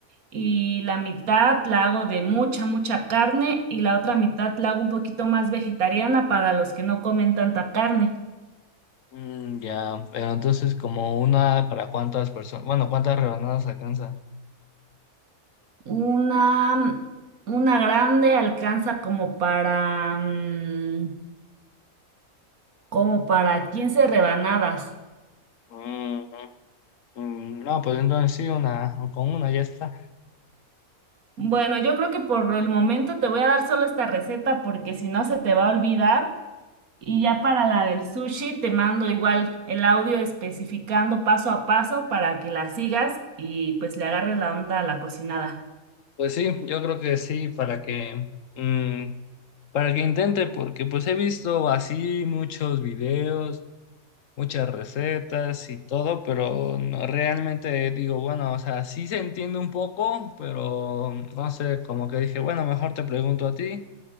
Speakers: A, on the right; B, on the left.
A: y la mitad la hago de mucha, mucha carne y la otra mitad la hago un poquito más vegetariana para los que no comen tanta carne.
B: Mm, ya, pero entonces como una para cuántas personas, bueno, cuántas rebanadas alcanza.
A: Una, una grande alcanza como para, mm, como para 15 rebanadas.
B: Mm, mm, no, pues entonces sí, una, con una ya está.
A: Bueno, yo creo que por el momento te voy a dar solo esta receta porque si no se te va a olvidar. Y ya para la del sushi te mando igual el audio especificando paso a paso para que la sigas y pues le agarres la onda a la cocinada.
B: Pues sí, yo creo que sí, para que mm, para que intente, porque pues he visto así muchos videos, muchas recetas y todo, pero no realmente digo, bueno, o sea, sí se entiende un poco, pero no sé, como que dije, bueno, mejor te pregunto a ti,